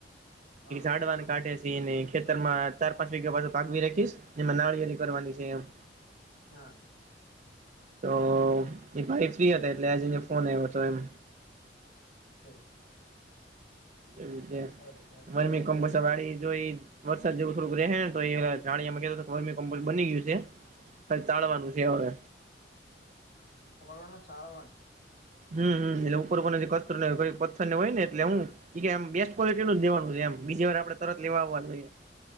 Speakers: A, on the left; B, on the right.
A: હ હ
B: હાડ વા કાઢે છે ને ખેતર માં ચાર પાંચ વાગ્યા પાછ પાગવી રાખીશ જેમાં નાળિયળલી કરવાની છે, એમ હ
A: હા
B: તો એ ભાઈ ફ્રી હતા એટલે આજને ફોન આવ્યો હતો, એમ
A: હમ્મ
B: એવું છે,
A: બરાબર છે અત્યારે
B: મરી
A: તો
B: કમ્પોસર
A: એ
B: વાળ જો એ વરસાદ જેવું થોડુંક રહે, ને તો એામાંમમ્પો બની ગયુ છે. હ ચાળવાનું છે, હવે
A: મકરનું સળવાને
B: હમ એટલે ઉપર કસ્ર હોય પ્ર હોય ને એટલે હુ એમ બેસ્ટ ક્વલિટી નું જ દેનું છે, એમ બીજી વાર આપડેરત લેવા જોઈએ.